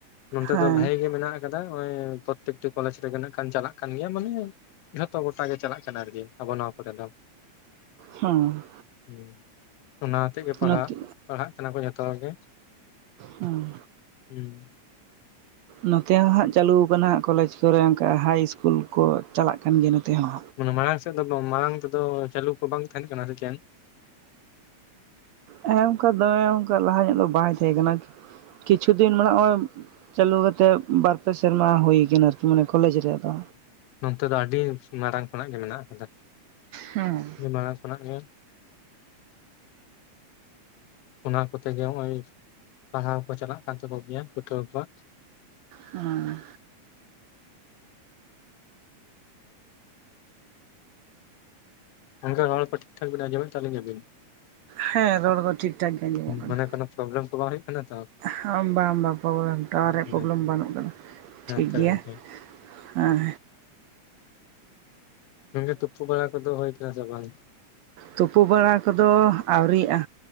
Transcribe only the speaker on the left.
ᱱᱚᱛᱮ
ᱫᱚ ᱵᱷᱟᱜᱤ ᱜᱮ ᱢᱮᱱᱟᱜ ᱠᱟᱫᱟ ᱳᱭ ᱯᱨᱚᱛᱮᱠᱴᱤ ᱠᱚᱞᱮᱡᱽ ᱨᱮᱜᱮ ᱟᱱ ᱪᱟᱞᱟᱜ ᱠᱟᱱ ᱜᱮᱭᱟ ᱢᱟᱱᱮ ᱡᱷᱚᱛᱚ ᱜᱚᱴᱟᱜ ᱜᱮ ᱪᱟᱞᱟᱜ ᱠᱟᱱᱟ ᱟᱨᱠᱤᱱ ᱟᱵᱚ ᱱᱚᱣᱟ ᱠᱚᱨᱮ ᱫᱚ
ᱦᱮᱸ ᱚᱱᱟᱛᱮ ᱜᱮ
ᱯᱟᱲᱦᱟᱜ ᱯᱟᱲᱦᱟᱜ ᱠᱟᱱᱟ ᱠᱚ ᱡᱚᱛᱚ ᱦᱚᱲ ᱜᱮ
ᱦᱩᱸ
ᱢᱟᱲᱟᱝ ᱥᱮᱫ ᱫᱚ ᱢᱟᱲᱟᱝ ᱛᱮᱫᱚ ᱪᱟᱞᱩ ᱠᱚ ᱵᱟᱝ ᱛᱟᱸᱦᱮᱱ ᱠᱟᱱᱟ ᱥᱮ ᱪᱮᱫ?
ᱱᱚᱛᱮ ᱫᱚ ᱟᱰᱤ ᱢᱟᱨᱟᱝ ᱠᱷᱚᱱᱟᱜ ᱜᱮ ᱢᱮᱱᱟᱜ ᱟᱠᱟᱫᱟ᱾
ᱢᱟᱲᱟᱝ ᱠᱷᱚᱱᱟᱜ ᱜᱮ ᱚᱱᱟ ᱠᱚᱛᱮ ᱜᱮ ᱱᱚᱜ-ᱚᱭ ᱯᱟᱲᱦᱟᱣ ᱠᱚ ᱪᱟᱞᱟᱜ ᱠᱟᱱ ᱛᱟᱠᱚ ᱜᱮᱭᱟ ᱯᱟᱹᱴᱷᱩᱣᱟᱹ ᱠᱚᱣᱟᱜ᱾
ᱜᱚᱝᱠᱮ ᱨᱚᱲ ᱠᱚ ᱴᱷᱤᱠ ᱴᱷᱟᱠ ᱵᱤᱱ ᱟᱸᱡᱚᱢᱮᱫ ᱛᱟᱞᱤᱧᱟ ᱵᱤᱱ?
ᱢᱟᱱᱮ ᱠᱳᱱᱳ ᱯᱨᱚᱵᱞᱮᱢ ᱠᱚ ᱵᱟᱭ ᱦᱩᱭᱩᱜ ᱠᱟᱱᱟ ᱛᱚ
ᱦᱮᱸ
ᱛᱚ
ᱜᱚᱝᱠᱮ
ᱜᱚᱝᱠᱮ ᱛᱩᱯᱩ ᱵᱟᱲᱟ ᱠᱚᱫᱚ ᱦᱩᱭ ᱠᱟᱱᱟ ᱥᱮ ᱵᱟᱝ?